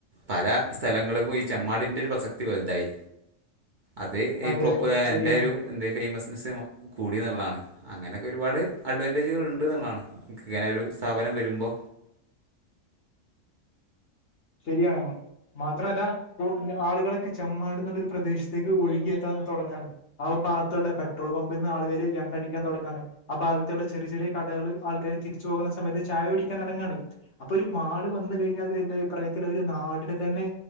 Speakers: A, on the right (about 45°); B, on the left (about 60°).
A: പല സ്ഥലങ്ങൾക്കും ഈ ചെമ്മാടിന്റെ ഒരു പ്രസക്തി വലുതായി അത് ഈ
B: അതെ
A: പ്രപ്പ
B: അതെ ശരിയാണ്
A: എന്റെ ഒരു എന്തേ ഫേമസ്നെസ്സ് കൂടിന്നുള്ളണ് അങ്ങനെയൊക്കെ ഒരുപാട് അഡവ <inaudible> ഉണ്ട് എന്നുള്ളതാണ് ഇങ്ങനെ ഒരു സ്ഥാപനം വരുമ്പോ
B: ശരിയാണ്. മാത്രല്ല ഇപ്പോ ആളുകളൊക്കെ ചെമ്മാട് എന്നുള്ളൊരു പ്രദേശത്തേക്ക് ഒഴുകിയെത്താൻ തുടങ്ങാണ് ആ ഒരു ഭാഗത്തുള്ള പെട്രോൾ പമ്പിൽ നിന്ന് ആൾകവരാ എണ്ണടിക്കാൻ തുടങ്ങാണ്. ആ ഭാഗത്തുള്ള ചെറിയ ചെറിയ കടകള് ആൾക്കാര് തിരിച്ചു പോകുന്ന സമയത്ത് ചായ കുടിക്കാൻ ഇറങ്ങാണ് അപ്പൊ ഒരു മാള് വന്ന് കഴിഞ്ഞാ അത് എന്റെ അഭിപ്രായത്തില് ഒരു നാടിന് തന്നെ